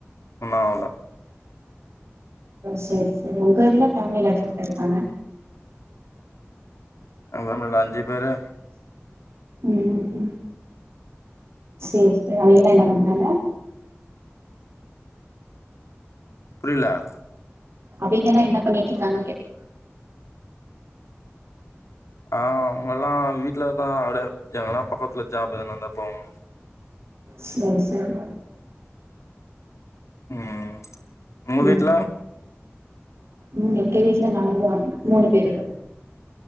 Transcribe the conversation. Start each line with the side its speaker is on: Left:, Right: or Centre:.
Left: இன்னு ஆவுல
Right: சேர் சேரி உங்க இதுல ஃபேமிலில எத்தன பேருக்காங்க?
Left: அதா நாங்க அஞ்சு பேரு
Right: ம் சேர் சே அவிங்கலா என்ன பண் றாங்க
Left: புரில
Right: அவிங்கலா என்ன பண்ணிட்ருக்காங்கன் கேட்ட
Left: ஆ அவுங்கல்லா வீட்லதா அப்டே எதனா பக்கத்ல ஜாப் எதனா இருந்தா போவங்க
Right: செரி செரி
Left: ம் உங்க
Right: ம்
Left: வீட்ல
Right: ம் எங்க வீட்ல நாங்ளா மூணு பேரு